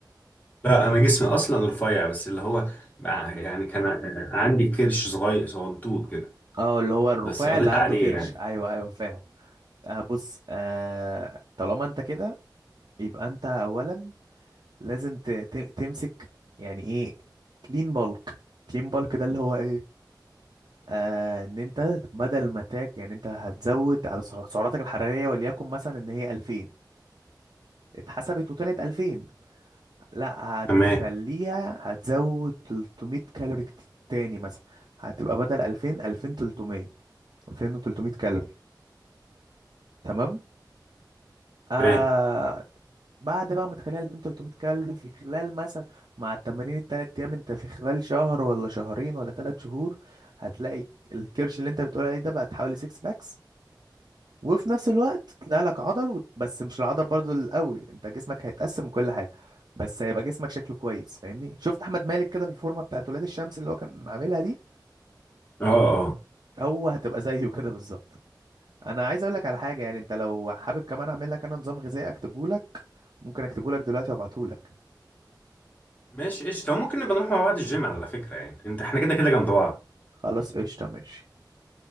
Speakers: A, on the left; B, on the right.
A: لا انا جسمي اصلا رفيع بس اللي هو بقى- يعني كان عندي كرش صغير صغنطوط كده
B: اه اللي هو الرفيع
A: بس قضيت
B: اللي عنده
A: عليه
B: كرش
A: يعني
B: ايوه ايوه فاهم آه بص آه طالما انت كده يبقى انت اولا لازم ت- ت- تمسك يعني ايه كلين بالك كلين بالك ده اللي هو ايه آه ان انت بدل ما تاك يعني انت هتزود على سع- سعراتك الحرارية وليكن مثلا ان هي 2000 اتحسبت وطلعت 2000 لا هتخليها
A: تمام
B: هتزود 300 كالوري كت- تاني مثلا هتبقى بدل 2000 2300 2300 كالوري تمام آه
A: تمام
B: بعد بقى ما تخليها 2300 كالوري في خلال مثلا مع التمارين التلات ايام انت في خلال شهر ولا شهرين ولا تلات شهور هتلاقي الكرش اللي انت بتقول عليه ده بقى تحوالي 6 باكس وفي نفس الوقت تطلع لك عضل و- بس مش العضل برضو القوي انت جسمك هيتقسم وكل حاجه بس هيبقى جسمك شكله كويس فاهمني شفت احمد مالك كده في الفورمه بتاعت ولاد الشمس اللي هو كان عاملها دي
A: اه اه
B: هو هتبقى زيه كده بالظبط انا عايز اقول لك على حاجه يعني انت لو حابب كمان اعمل لك انا نظام غذائي اكتبه لك ممكن اكتبه لك دلوقتي وابعته لك
A: ماشي قشطة ممكن نبقى نروح مع بعض الجيم على فكرة يعني انت احنا كده كده جنب بعض
B: خلاص قشطه ماشي